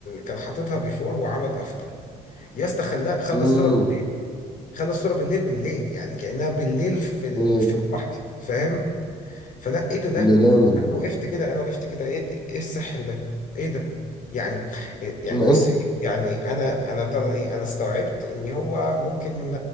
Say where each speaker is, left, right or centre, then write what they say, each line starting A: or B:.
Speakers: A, on the left; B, on the left.
A: كان حاططها بيفور وعمل افطر يا اسطى خلاه خلى
B: امم
A: الصوره بالليل خلى الصوره بالليل بالليل يعني كانها بالليل في ال-
B: إيه
A: في
B: ده
A: البحر فاهم فلا ايه ده ده
B: ده جامد
A: انا وقفت كده انا وقفت كده ايه ايه السحر ده ايه ده يعني يعني
B: ده
A: بص إيه؟ يعني انا انا بتاع ده ايه انا استوعبت ان هو ممكن